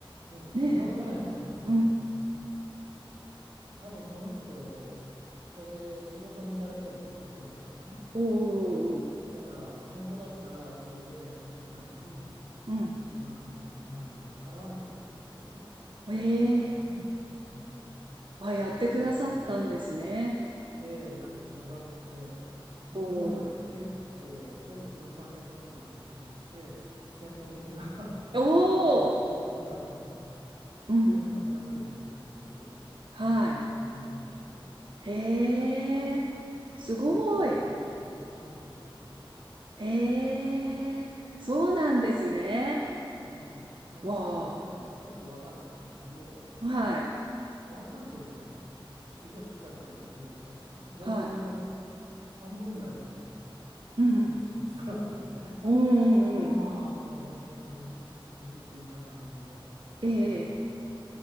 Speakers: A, on the right; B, on the right.
A: うん、
B: ね
A: それをね、うん、
B: え、うん。
A: 多分その人、それ仕事にされてるんですよ、そういうことをね。
B: おーおーおー
A: だから本当だったらそれで1時間に
B: うん。
A: 1万円とか2万円とか払わないといけないんだけど、
B: ああ、
A: うん、
B: ええ
A: それをね、うん、
B: あ、
A: 話させてもらって。
B: やってくださったんですね。
A: ええやってくださってもう今ではね結構ほぼ頻繁にその人と話をして専門的な
B: おーお
A: <laughs> 音楽音楽の
B: ー、うんうん。
A: 音楽だけでもないんですけど、
B: はい。
A: うん、話をしたりして、
B: へえ、すごい。
A: うん、たの楽しい楽しい話を
B: ええそうなんですね。
A: してますよ。うん、その人はね結構結構若い人なんだけど
B: わあ、はい、
A: 若いけどねすごいしっかりしてるんですよ。で僕の
B: はい。
A: 半分ぐらいの
B: うんうん
A: 年の人なんですけどね。
B: うんうんうん。
A: まあ、あの、本当に落ち着いた感じで話されるか。
B: ええ、